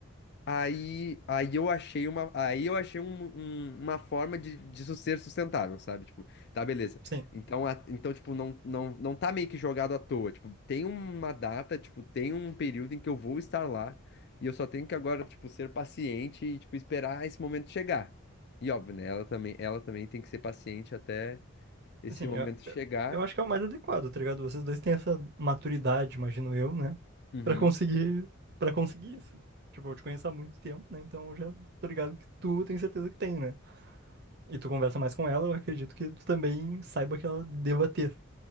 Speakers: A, on the left; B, on the right.
A: Aí, aí eu achei uma, aí eu achei um- um- uma forma de, disso ser sustentável, sabe? Tipo, tá, beleza.
B: sim.
A: Então, a- então tipo, não, não, não tá meio que jogado à toa. Tipo, tem uma data, tipo, tem um período em que eu vou estar lá e eu só tenho que agora, tipo, ser paciente e, tipo, esperar esse momento chegar. E óbvio, né? Ela também, ela também tem que ser paciente até esse
B: Assim,
A: momento
B: eu,
A: chegar.
B: eu, eu acho que é o mais adequado, tá ligado? Vocês dois têm essa maturidade, imagino eu, né?
A: Uhum.
B: Pra conseguir. Pra conseguir isso. Tipo, eu te conheço há muito tempo, né? Então eu já tô ligado que tu tem certeza que tem, né? E tu conversa mais com ela, eu acredito que tu também saiba que ela deva ter.